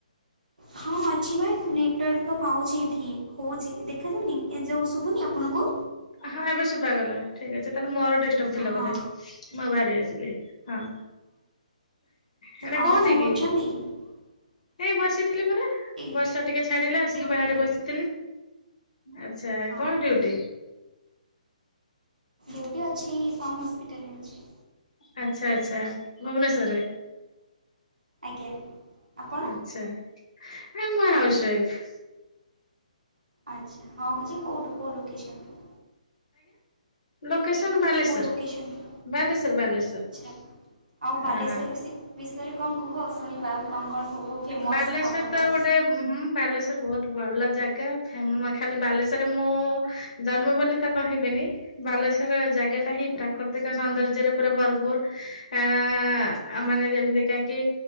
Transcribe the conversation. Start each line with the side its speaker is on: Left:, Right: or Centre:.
Right: ହଁ ଅଛି ଭାଇ ନେଟୱାର୍କ ତ ପାଉଛି ଏଠି। ହୋଉଛି ଦେଖାଯାଉନି ଏ ଯୋଉ ଶୁଭୁନି ଆପଣଙ୍କୁ।
Left: ହଁ ଏବେ ଶୁଭାଗଲା ଠିକ୍ ଅଛି ତାହେଲେ ମୋର ଡି ଟପ୍ ଥିଲା
Right: ହଁ
Left: ବୋଧେ ମୁଁ ବାହାରି ଆସିଲି ହଁ। ହେଟା
Right: ଆଉ
Left: କୋଉଠି
Right: କ'ଣ
Left: କି?
Right: <inaudible>
Left: ଏଇ ବସିଥିଲି ପରା
Right: ଏ
Left: ବର୍ଷା ଟିକେ ଛାଡିଲା ଆସିକି
Right: ଡ୍ୟୁଟିରେ
Left: ବାହାରେ ବସିଥିଲି। ଆଚ୍ଛା
Right: ହଁ
Left: କଣ
Right: ହଁ
Left: ଡିଉଟି?
Right: ଡୁଟି ଅଛି ଫମ୍ ହସ୍ପିଟାଲରେ ଅଛି।
Left: ଆଚ୍ଛା ଆଚ୍ଛା ଭୁବନେଶ୍ୱର ରେ।
Right: ଆଜ୍ଞା। ଆପଣ
Left: ଆଚ୍ଛା ନାଇଁ ମୁଁ ହାଉସୱାଇଫ।
Right: ଆଚ୍ଛା ହଁ ହଁ ଯେ କେଉଁଠୁ କେଉଁ ଲୋକେସନ୍ ରୁ?
Left: ଲୋକେଶନ ବାଲେଶ୍ଵର
Right: ଲୋକେସନରୁ
Left: ବାଲେଶ୍ଵର ବାଲେଶ୍ଵର।
Right: ଆଚ୍ଛା ଆଉ ବାଲେଶ୍ଵର
Left: ଅ
Right: ବିଷୟରେ କଣ କୁହ ଶୁଣିବା କଣ କଣ ସବୁ ଫେମସ୍
Left: ବାଲେଶ୍ୱର
Right: ଆପଣଙ୍କର?
Left: ତ ଗୋଟେ ହୁଁ ବାଲେଶ୍ଵର ବହୁତ ଭଲ ଜାଗା ଫାମ୍ ଖାଲି ବାଲେଶ୍ୱର ରେ ମୁଁ ଜନ୍ମ ବୋଲି ତ କହିବିନି ବାଲ୍ ସେଶ୍ୱର ଜାଗା ଟା ହିଁ ପ୍ରାକୃତିକ ସୌନ୍ଦର୍ଯ୍ୟରେ ପୁରା ଭରପୁର ଆଁ ମାନେ ଦେଖା କି